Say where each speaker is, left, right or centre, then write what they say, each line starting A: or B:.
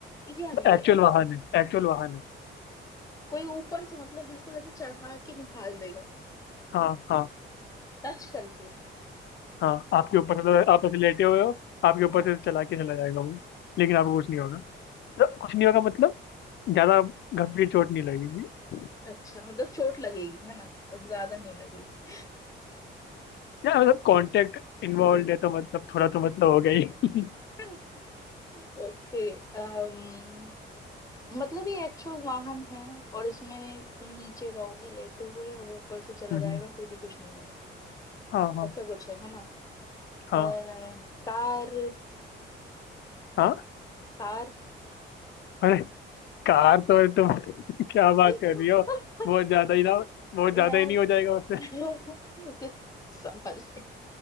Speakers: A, on the left; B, on the left.
A: यार ये
B: एक्चुअल वाहन है एक्चुअल वाहन है
A: कोई ऊपर से मतलब बिल्कुल ऐसे चढ़ा के निकाल देगा
B: हाँ हाँ
A: टच करके
B: हाँ आपके ऊपर से, मतलब आप ऐसे लेटे हुए हो आपके ऊपर
A: हाँ
B: से चला के चला जाएगा वो लेकिन आपको कुछ नहीं होगा मतलब कुछ नहीं होगा मतलब ज्यादा गंभीर चोट नहीं लगेगी
A: अच्छा मतलब चोट लगेगी है ना बट ज्यादा नहीं लगेगी
B: या मतलब कांटेक्ट इन्वॉल्व है तो मतलब थोड़ा तो मतलब हो गया ही <laughs>
A: <laughs> ओके अम्म मतलब ये एक्चुअल वाहन है और इसमें तुम नीचे रहोगे लेटे हुए और वो ऊपर से चला
B: हम्म,
A: जाएगा
B: हम्म।
A: फिर भी कुछ नहीं होगा
B: हाँ हाँ
A: ऐसा कुछ है है ना
B: हाँ
A: अ, कार
B: हाँ हाँ।
A: कार
B: अरे कार तो तुम <laughs> क्या बात
A: <laughs>
B: कर रही हो बहुत ज्यादा ही ना बहुत
A: यार
B: ज्यादा ही नहीं हो जाएगा उससे
A: <laughs> मुझे समझ नहीं